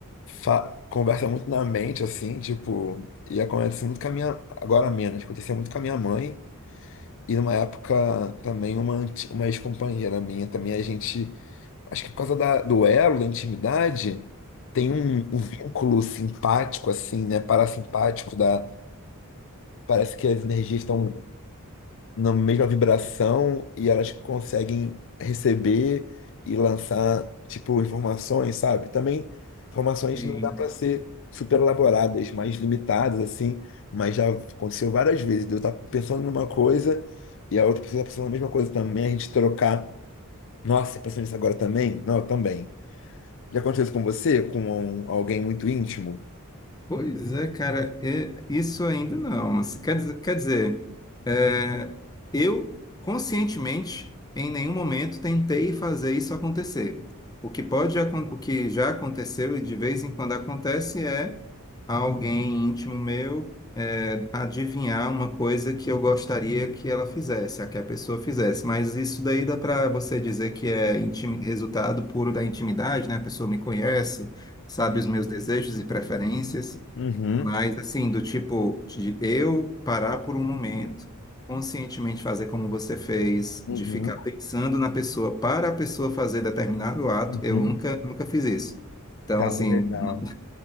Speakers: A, on the left; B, on the left.
A: fa- conversa muito na mente, assim, tipo. E acontece muito com a minha. Agora menos, acontecia muito com a minha mãe. E numa época também uma, anti- uma ex-companheira minha também, a gente. acho que por causa da- do elo, da intimidade, tem um, um vínculo simpático, assim, né? Parasimpático da. Parece que as energias estão na mesma vibração e elas conseguem receber e lançar, tipo, informações, sabe? Também informações
B: Sim.
A: não dá para ser super elaboradas, mais limitadas, assim, mas já aconteceu várias vezes, de eu estar pensando numa coisa e a outra pessoa tá pensando na mesma coisa também, a gente trocar. Nossa, pensando nisso agora também? Não, eu também. Já aconteceu isso com você? Com um- alguém muito íntimo?
B: Pois é, cara, é- isso ainda não. assim, Quer dizer, quer dizer. É, eu, conscientemente, em nenhum momento tentei fazer isso acontecer. O que pode, acon- o que já aconteceu e de vez em quando acontece é alguém íntimo meu é, adivinhar uma coisa que eu gostaria que ela fizesse, a que a pessoa fizesse. Mas isso daí dá para você dizer que é intimi- resultado puro da intimidade, né? A pessoa me conhece, sabe os meus desejos e preferências.
A: Uhum,
B: Mas assim, do tipo de eu parar por um momento, conscientemente fazer como você fez,
A: uhum,
B: de ficar pensando na pessoa para a pessoa fazer determinado ato,
A: uhum.
B: eu nunca, nunca fiz isso. Então,
A: Cara,
B: assim,
A: legal.
B: n-